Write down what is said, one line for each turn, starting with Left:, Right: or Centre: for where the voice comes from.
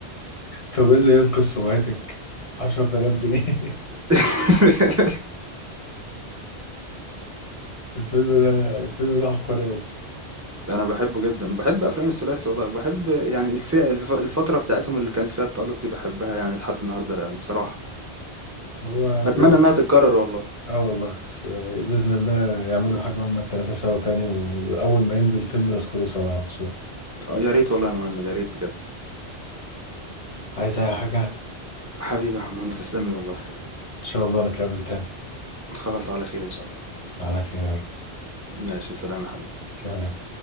Left: طب ايه اللي ينقذ سمعتك 10000 جنيه <laughs>
Right: <laughs>
Left: الفيلم ده الفيلم ده عبقري قوي
Right: انا بحبه جدا وبحب افلام الثلاثي والله وبحب يعني الفئة الف- الفترة بتاعتهم اللي كانت فيها التألق دي بحبها يعني لحد النهاردة يعني بصراحة
Left: هو
Right: اتمنى انها تتكرر والله
Left: اه والله بس بإذن الله يعملوا حاجة هما التلاتة سوا تاني وأول ما ينزل فيلم ندخله سوا بس
Right: آه يا ريت والله يا مهند يا ريت بجد
Left: عايز أي حاجة إن
Right: حبيبي يا عم مهند تسلم لي والله
Left: شاء الله نتقابل تاني
Right: خلاص على خير ان شاء الله
Left: على خير يا رب
Right: ماشي سلام يا حبيبي
Left: سلام